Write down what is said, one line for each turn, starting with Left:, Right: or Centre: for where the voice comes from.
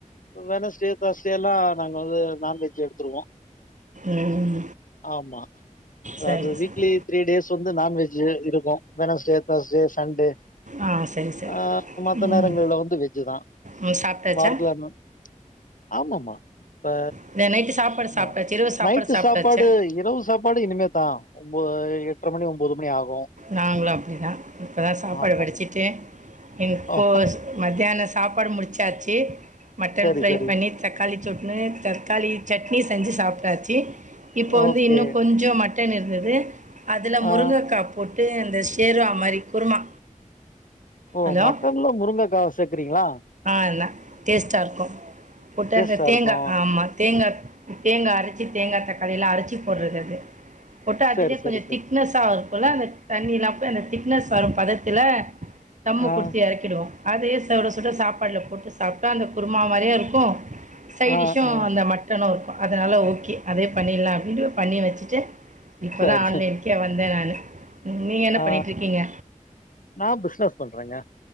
Left: வெனஸ்டே தேஸ்டேல்லா நாங்க வந்து நான்வெஜ் எடுத்துருவோ
Right: ம்
Left: ஆமா
Right: சரி
Left: அது வீக்லி
Right: சரி
Left: த்ரீ டேஸ் வந்து நான்வெஜ் இ இருக்கு வெனஸ்டே தேர்ஸ்டே சண்டே
Right: ஆ சரி சரி
Left: ஆ மத்த
Right: ம்
Left: நேரங்கள்ல வந்து வெஜ்ஜுதா
Right: ம் சாப்பிட்டாச்சா
Left: வாரத்துல ரெண் நாள் ஆமாமா இப்ப
Right: இல்லை நைட்டு சாப்பாடு
Left: ந
Right: சாப்பிட்டாச்சு இரவு சாப்பாடு
Left: நைட்டு
Right: சாப்பிட்டாச்சா
Left: சாப் இப்ப இரவு சாப்பாடு இனிமேதா ஒம்ப எட்ர மணி ஒம்போது மணி ஆகு
Right: நாங்களு அப்டி தா இப்போ தா சாப்பாடு
Left: ஆமாமா
Right: வடிச்சிட்டு இப்போ
Left: ஓ
Right: ஸ் மத்தியான சாப்பாடு முடிச்சாச்சு மட்டன்
Left: சரி
Right: ஃப்ரை
Left: சரி
Right: பண்ணி தக்காளி சொட்னு தக்காளி சட்னி செஞ்சு சாப்டாச்சி இப்போ
Left: ஓகே
Right: வந்து இன்னு கொஞ்சோ மட் டன் இருந்தது அதுல
Left: ஆ
Right: முருங்ககா போட்டு இந்த சேருவா மாரி குருமா
Left: ஓ
Right: ஹலோ
Left: மட்டன்ல முருங்ககா சேக்கிறீங்களா
Right: ஆ னா டேஸ்ட்டா இருக்கு போட்டு
Left: டேஸ்ட்டா
Right: அந்த தேங்கா
Left: இருக்கும்.
Right: ஆமா தேங்கா தேங்கா அரச்சி தேங்கா தக்காளிலா அரச்சி போறது அது போட்டு அதுலேயே
Left: சரி, சரி,
Right: கொஞ்ச
Left: சரி.
Right: திக்னஸ்ஸா வரு போல அந்த தண்ணில்லா போய் அந்த திக்னஸ் வரு பதத்தில தம்மு
Left: ஆ,
Right: குடுத்து எறக் கிறோ அதயே சுட சுட சாப்பாடுல போட்டு சாப்ட்டா அந்த குருமா மாரியே இருக்கு சைடிஷுயு
Left: ஆ, ஆ.
Right: அந்த மட் டனு இருக்கு அதனால ஓகே அதே பண்ணிலா அப்டின்ட்டு பண்ணி வச்சுட்டு இப்போ
Left: சரி,
Right: தா ஆன்லைன்
Left: சரி.
Right: கே வந்தே நானு நீங்க என்ன
Left: ஆ
Right: பண்ணிட்ருக்கீங்க
Left: நா பிஸ்னஸ் பண்றேங்க